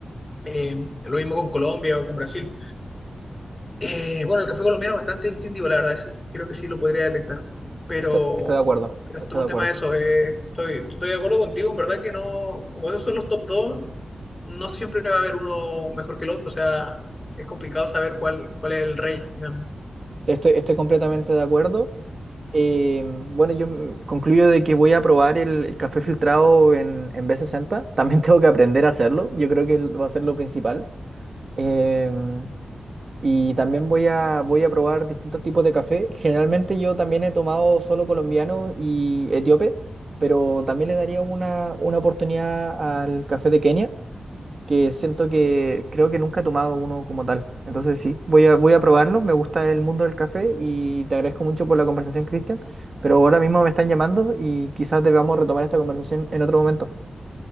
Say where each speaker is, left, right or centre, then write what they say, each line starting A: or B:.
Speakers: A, on the left; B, on the right.
A: Eh, lo mismo con Colombia o con Brasil. Eh, bueno, el café colombiano es bastante distintivo, la verdad, ese sí- creo que sí lo podría detectar. Pero,
B: Esto- estoy de acuerdo,
A: pero
B: estoy
A: es todo un
B: de
A: tema
B: acuerdo.
A: de eso. eh. estoy, estoy de acuerdo contigo, en verdad que no, como esos son los top 2 no siempre va a haber uno mejor que el otro, o sea, es complicado saber cuál, cuál es el rey finalmente.
B: Estoy, estoy completamente de acuerdo. Eh, bueno, yo mm, concluyo de que voy a probar el, el café filtrado en, en b sesenta <laughs> También tengo que aprender a hacerlo. Yo creo que va a ser lo principal. Em, Y también voy a, voy a probar distintos tipos de café. Generalmente yo también he tomado solo colombiano y etíope, pero también le daría una, una oportunidad al café de Kenia, que siento que creo que nunca he tomado uno como tal. Entonces sí, voy a, voy a probarlo. Me gusta el mundo del café y te agradezco mucho por la conversación, Cristian, pero ahora mismo me están llamando y quizás debamos retomar esta conversación en otro momento.